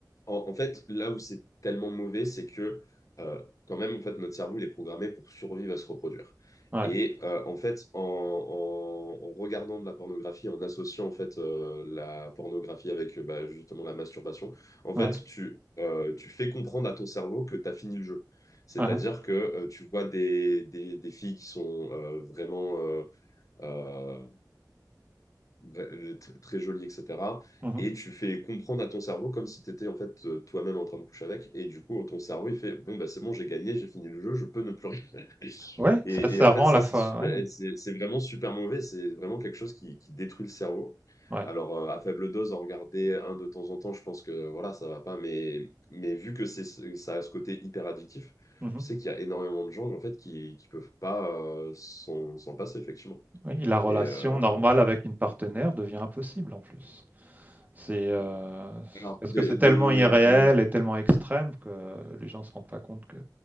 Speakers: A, on the left (about 50°); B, on the right (about 25°).
A: en, en fait, là où c'est tellement mauvais, c'est que euh, quand même, en fait, notre cerveau, il est programmé pour survivre à se reproduire.
B: ouais,
A: Et euh, en fait, en, en- en regardant de la pornographie, en associant en fait euh, la pornographie avec euh, bah, justement la masturbation, en
B: ouais.
A: fait, tu, euh, tu fais comprendre à ton cerveau que tu as fini le jeu. C'est-à-dire
B: Uhum,
A: que euh, tu vois des, des, des filles qui sont euh, vraiment euh, euh, euh, tr- très joli, etc.
B: mhm.
A: Et tu fais comprendre à ton cerveau comme si tu étais en fait euh, toi-même en train de coucher avec. Et du coup, ton cerveau, il fait, bon, bah, c'est bon, j'ai gagné, j'ai fini le jeu, je peux ne plus rien.
B: Ouais,
A: Et,
B: ça, ça
A: et en
B: rend
A: fait, ça,
B: la fin.
A: c'est super, et c'est c'est vraiment super mauvais. C'est vraiment quelque chose qui, qui détruit le cerveau.
B: Ouais, ouais.
A: Alors, euh, à faible dose, en regarder un de temps en temps, je pense que voilà, ça va pas. Mais, mais vu que c'est, ça a ce côté hyper addictif,
B: mhm.
A: je sais qu'il y a énormément de gens en fait qui, qui peuvent pas euh, s'en s'en passer, effectivement.
B: Oui, la relation
A: Et euh,
B: normale avec une partenaire devient impossible en plus. C'est euh, c'est
A: alors,
B: parce
A: des,
B: que c'est tellement
A: de-
B: irréel
A: des-
B: et tellement extrême que les gens se rendent pas compte que